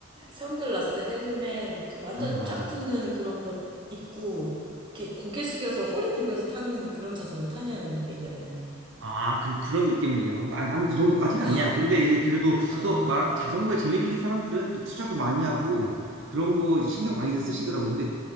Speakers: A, on the right; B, on the right.
A: 선글라스, 헬멧, 뭐 이렇게 완전
B: 아, 맞아,
A: 쫙
B: 맞아.
A: 붙는 그런 것 입고, 이렇게 고개 숙여서 허리 굽혀서 타는 그런 자전거 타냐는 얘기야, 내 말은.
B: 아, 그, 그런 느낌을 얘기하는 구나 아, 나는 그 정도까지는
A: <laughs>
B: 아니야. 근데 이제 그래도
A: 아,
B: 또 말, 자전거에 재미 들린 사람들은 또 투자도 많이 하고 그런 거 이제 신경 많이들 쓰시더라고. 근데